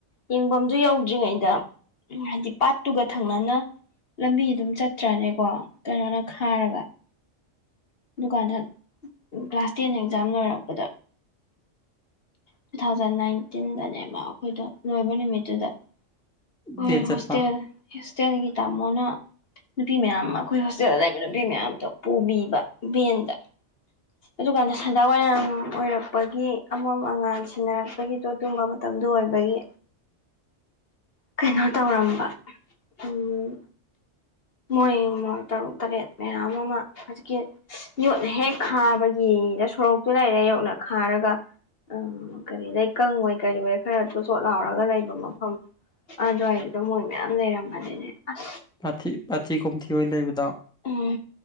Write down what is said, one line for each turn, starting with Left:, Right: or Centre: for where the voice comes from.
Left: ꯌꯦꯡꯐꯝꯁꯨ ꯌꯧꯗ꯭ꯔꯤꯉꯩꯗ ꯎꯝ ꯍꯥꯏꯗꯤ ꯄꯥꯠꯇꯨꯒ ꯊꯪꯅꯅ ꯂꯝꯕꯤ ꯑꯗꯨꯝ ꯆꯠꯇ꯭ꯔꯅꯤꯀꯣ ꯀꯩꯅꯣꯅ ꯈꯥꯔꯋꯥ ꯗꯨꯀꯥꯟꯗ ꯀ꯭ꯂꯥꯁ ꯇꯦꯟ ꯑꯦꯛꯖꯥꯝ ꯂꯣꯏꯔꯛꯄꯗ ꯇꯨ ꯊꯥꯎꯖꯟ ꯅꯥꯏꯟꯇꯤꯟꯗꯅꯦꯕ ꯑꯩꯈꯣꯏꯗ ꯂꯣꯏꯕ ꯅꯨꯃꯤꯠꯇꯨꯗ ꯍꯣꯏ
Centre: ꯗꯦꯠ ꯆꯠꯄ
Left: ꯍꯣꯁꯇꯦꯜ ꯍꯣꯁꯇꯦꯜꯒꯤ ꯇꯥꯃꯣꯅ ꯅꯨꯄꯤ ꯃꯌꯥꯝ ꯑꯩꯈꯣꯏ ꯍꯣꯁꯇꯦꯜꯗ ꯂꯩꯕ ꯅꯨꯄꯤ ꯃꯌꯥꯝꯗꯣ ꯄꯨꯕꯤ ꯚꯟꯗꯥ ꯑꯗꯨꯀꯥꯟꯗ ꯁꯟꯗꯥ ꯋꯥꯏꯔꯝ ꯑꯣꯏꯔꯛꯄꯒꯤ ꯑꯃꯝ ꯑꯉꯥꯟ ꯁꯤꯦꯟꯅꯔꯛꯄꯒꯤꯗꯣ ꯑꯗꯨꯝꯕ ꯃꯇꯝꯗ ꯑꯗꯨ ꯑꯣꯏꯕꯒꯤ ꯀꯩꯅꯣ ꯇꯧꯔꯝꯕ ꯎꯝ ꯃꯣꯏ ꯃ ꯇꯔꯨꯛ ꯇꯔꯦꯠ ꯃꯌꯥꯝ ꯑꯃ ꯍꯧꯖꯤꯛꯀꯤ ꯌꯣꯠ ꯍꯦꯛ ꯈꯥꯕꯒꯤ ꯗ ꯁꯣꯔꯣꯛꯇꯨ ꯂꯩꯔ ꯌꯧꯅ ꯈꯥꯔꯒ ꯎꯝ ꯀꯔꯤ ꯂꯩꯀꯪꯉꯣꯏ ꯀꯔꯤ ꯑꯣꯏ ꯈꯔꯁꯨ ꯁꯣ ꯂꯥꯎꯔꯒ ꯂꯩꯕ ꯃꯐꯝ ꯑꯗꯨꯋꯥꯏꯗꯨꯗ ꯃꯣꯏ ꯃꯌꯥꯝ ꯂꯩꯔꯝꯕꯅꯤꯅꯦ ꯑꯁ
Centre: ꯄꯥꯊꯤ ꯄꯥꯊꯤ ꯀꯨꯝꯊꯤ ꯑꯣꯏꯅ ꯂꯩꯕꯗ
Left: ꯎꯝ